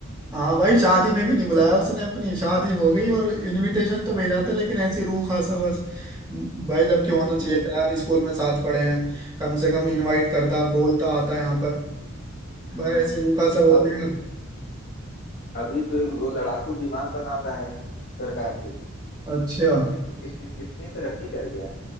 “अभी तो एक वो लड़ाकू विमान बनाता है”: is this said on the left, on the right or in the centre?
Left